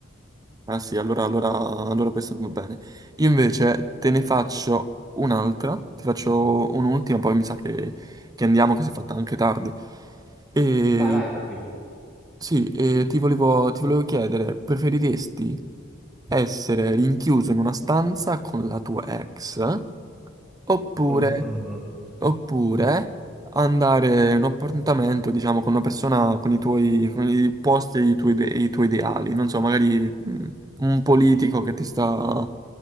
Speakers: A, on the right (about 20°); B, in the centre.
A: Ah sì, allora, allora, allora questo non va bene. Io invece te ne faccio un'altra, ti faccio un'ultima, poi mi sa che, che andiamo, che si è fatta anche tardi. E
B: Vai, vai, tranquillo.
A: sì, e ti volevo, ti volevo chiedere, preferiresti essere rinchiuso in una stanza con la tua ex? oppure
B: Mhm.
A: Oppure andare in un appuntamento, diciamo, con una persona con i tuoi, con i posti e i tuoi, ide- i tuoi ideali. Non so, magari mm, un politico che ti sta